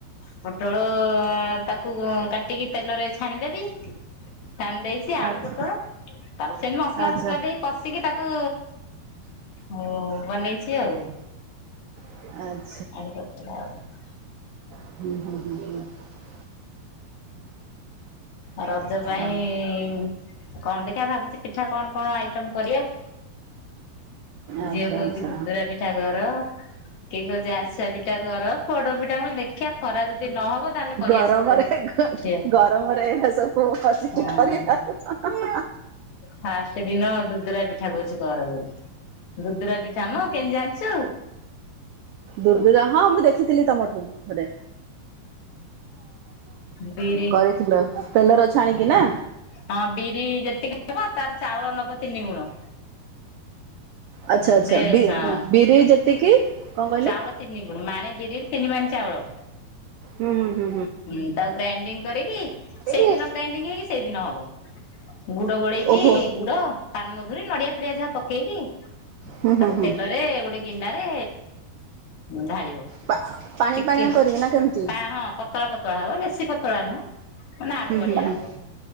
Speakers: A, on the left (about 65°); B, on the right (about 85°).
A: ପୋଟଳ ତାକୁ କାଟିକି ତେଲରେ ଛାଣିଦେବି। ଛାଣି ଦେଇଛି ଆଳୁ
B: ଆଚ୍ଛା
A: ପୋଟଳ ତାପରେ ସେମତି ମସଲା
B: ଆଚ୍ଛା
A: ଫସଲା ଦେଇ କଶିକି ତାକୁ ଉ ବନେଇଛି ଆଉ।
B: <unintelligible>
A: <unintelligible>
B: <unintelligible>
A: ଆଉ ରଜ ପାଇଁ
B: ଆଉ
A: ଇ କଣ ଦେଖିଆ ଭାବୁଛି ପିଠା କଣ କଣ ଆଇଟମ କରିବା।
B: ଆଚ୍ଛା
A: ଝିଅ କହୁଚି
B: ଆଚ୍ଛା।
A: <unintelligible> ପିଠା କର। କିଏ କହୁଛି ଆରିସା ପିଠା କର ପୋଡ ପିଠା ମୁଁ କହିଲି ଦେଖିଆ ଖରା ଯଦି ନହବ ତାହେଲେ କରିବା
B: ଗରମରେ
A: ସବୁ
B: ଘ
A: ଝିଅ
B: ଗରମରେ ଏ ସବୁ ବସିକି
A: ହଁ
B: କରିବା ଆଉ କଣ।
A: ଫାଷ୍ଟ ଦିନ ଦୁଦୁରା ପିଠା କହୁଚି କର ବୋଲି। ଦୁଦୁରା ପିଠାମ କେମତି ଜାଣିଚୁ?
B: ଦୁଦୁରା ହଁ ମୁଁ ଦେଖିଥିଲି ତମଠୁ ଥରେ।
A: ବିରି
B: କରିଥିଲ ତେଲରେ ଛାଣିକି ନା।
A: ହଁ ବିରି ଯେତିକି ନବ ତାର ଚାଉଳ ନବ ତିନି ଗୁଣ।
B: ଆଚ୍ଛା
A: ସେଥିରେ
B: ଆଚ୍ଛା ବିର୍
A: ହଁ
B: ବିରି ଯେତିକି କଣ କହିଲେ?
A: ଚାଉଳ ତିନି ଗୁଣ୍ ମାଣେ ବିରି ରେ ତିନି ମାଣ ଚାଉଳ।
B: ହୁଁ ହୁଁ ହୁଁ
A: ହୁଁ ତାକୁ ଗ୍ରାଇଣ୍ଡିଙ୍ଗ କରିକି ସେଇଦିନ
B: ହୁଁ
A: ଗ୍ରାଇଣ୍ଡିଙ୍ଗ ହେଇକି ସେଇଦିନ ହବ। ଗୁଡ ଗୋଳେଇକି
B: ଓହୋ
A: ଗୁଡ ପାନ୍ ମଧୁରୀ ନଡିଆ ଫଡିଆ ଯାହା ପକେଇକି
B: ହୁଁ ହୁଁ
A: ତାକୁ
B: ହୁଁ।
A: ତେଲରେ ଗୋଟେ ଗିନାରେ ଢାଳିବ।
B: ପା ପାଣି
A: ଟିକେ
B: ପାଣିଆ କରିକି ନା କେମିତି?
A: କା ହଁ ପତଳା ପତଳା ହବ ବେଶୀ ପତଳା ନୁହଁ। ମାନେ ଆଡୁ
B: ହୁଁ
A: ବଢିଆ
B: ହୁଁ ହୁଁ।
A: ହବ